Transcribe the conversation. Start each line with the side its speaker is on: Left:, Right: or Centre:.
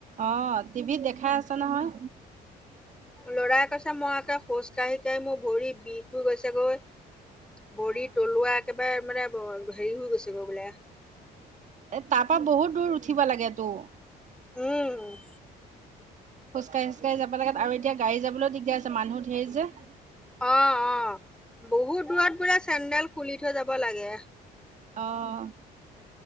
Right: অ টিভিত দেখাই আছে নহয়।
Centre: লৰাই কৈছে মই আক খোজ কাঢ়ি কাঢ়ি মোৰ ভৰি বিষ হৈ গৈছেগৈ ভৰি
Right: অ
Centre: তলুৱা একেবাৰে মানে হেৰি হৈ গৈছে গৈ বোলে।
Right: এ তাৰপা বহুত দূৰ উঠিব লাগে তো
Centre: উম।
Right: খোজকাঢ়ি খোজকাঢ়ি যাব লাগে আৰু এতিয়া গাড়ী যাবলৈও দিগদাৰ আছে মানুহ ধেৰ যে
Centre: অ অ বহুত দূৰত বোলে চেন্দেল খুলি থৈ যাব লাগে।
Right: অহ